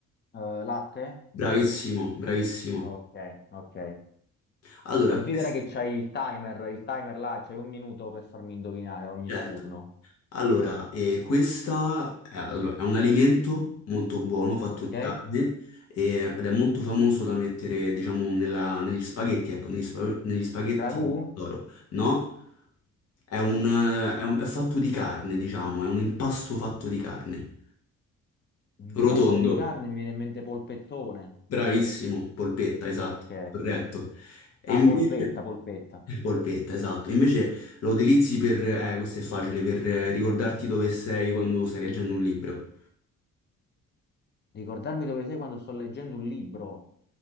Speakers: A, on the left (about 35°); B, on the left (about 55°).
A: Eh, latte?
B: Bravissimo, bravissimo.
A: Ok, ok.
B: Allora,
A: Considera
B: questo,
A: che c'hai il timer, il timer là, c'hai un minuto per farmi indovinare ogni
B: certo.
A: turno.
B: Allora, eh, questa è, allora, è un alimento molto buono, fatto
A: Ok?
B: di carne, eh, ed è molto famoso da mettere, diciamo, nella- negli spaghetti, ecco, negli, spa- negli spaghetti
A: Ragù?
B: d'oro. No, è un, eh, è un- è fatto di carne, diciamo, è un impasto fatto di carne.
A: Un impasto
B: Rotondo,
A: di carne, mi viene in mente polpettone.
B: bravissimo, polpetta, esatto,
A: Ok.
B: corretto. E invece...
A: Ah, polpetta, polpetta.
B: Polpetta, esatto. Invece la utilizzi per... Eh, questo è facile, per eh, ricordarti dove sei quando stai leggendo un libro.
A: Ricordarmi dove sei quando sto leggendo un libro.